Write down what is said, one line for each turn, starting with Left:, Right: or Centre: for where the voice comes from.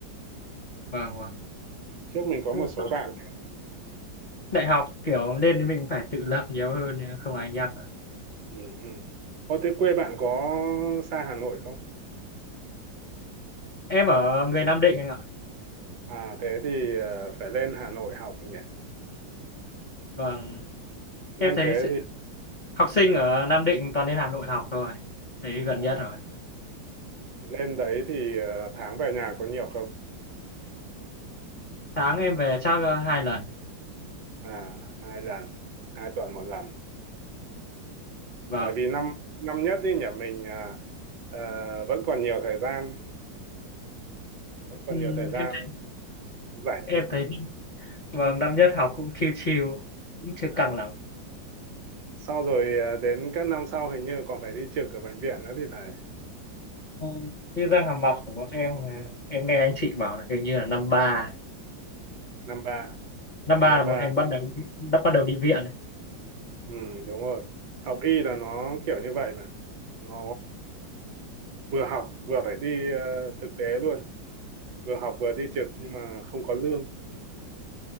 Left: vâng vâng
Right: ừ. trước mình có
Left: Ừ,
Right: một số
Left: sau
Right: bạn
Left: này
Right: kể-
Left: đại học kiểu nên mình phải tự lập nhiều hơn không ai nhắc ạ.
Right: ừ, ừ. Ô, thế quê bạn có xa Hà Nội không
Left: em ở người Nam Định anh ạ
Right: à thế thì ờ, phải lên Hà Nội học nhỉ
Left: vâng
Right: lên
Left: em thấy
Right: thế
Left: sự...
Right: thì
Left: học sinh ở Nam Định toàn đến Hà Nội học thôi thấy gần
Right: à,
Left: nhất rồi
Right: lên đấy thì ờ, tháng về nhà có nhiều không
Left: sáng em về chắc ờ, hai lần
Right: à hai lần hai tuần một lần
Left: vâng
Right: bởi vì năm năm nhất đi nhỉ mình à, ờ, vẫn còn nhiều thời gian vẫn còn
Left: Ừm,
Right: nhiều thời gian
Left: em thấy
Right: rảnh
Left: em
Right: ấy
Left: thấy vâng năm nhất học cũng chill chill cũng chưa
Right: À,
Left: căng lắm
Right: sau rồi à, đến các năm sau hình như còn phải đi trực ở bệnh viện nữa thì phải
Left: Ừ, như răng hàm mặt của bọn em ờ, em nghe anh chị bảo là hình như là năm ba
Right: năm ba
Left: năm ba
Right: năm
Left: là bọn
Right: ba
Left: em bắt đầu đi, đã bắt đầu đi viện
Right: ừ đúng rồi học y là nó kiểu như vậy mà nó vừa học vừa phải đi ờ, thực tế luôn vừa học vừa đi trực nhưng mà không có lương